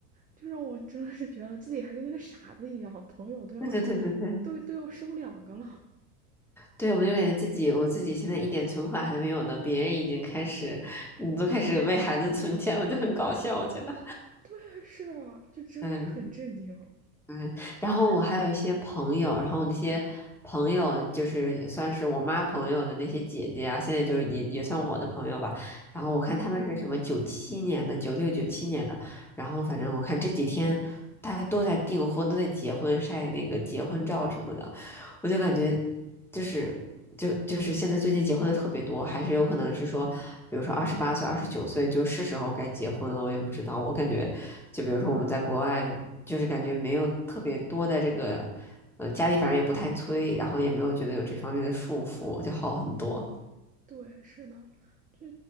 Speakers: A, on the right; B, in the centre.
A: 就让我真的是觉得自己还跟个傻子一样，朋友都要是
B: 对对对对对，
A: 都都要生两个了。
B: 对我就感觉自己，我自己现在一点存款还没有呢，别人已经开始，你都开始为孩子存钱了，就很搞笑，我觉得。
A: 对，是啊就真的是很震惊。
B: 嗯。嗯，然后我还有一些朋友，然后那些朋友就是算是我妈朋友的那些姐姐啊，现在就是也也算我的朋友吧。然后我看他们是什么九七年的、九六、九七年的，然后反正我看这几天大家都在订婚，都在结婚，晒那个结婚照什么的，我就感觉就是就就是现在最近结婚的特别多，还是有可能是说，比如说二十八岁、二十九岁就是时候该结婚了，我也不知道。我感觉就比如说我们在国外。就是感觉没有特别多的这个，呃，家里反正也不太催，然后也没有觉得有这方面的束缚，就好很多。
A: 对，是的，就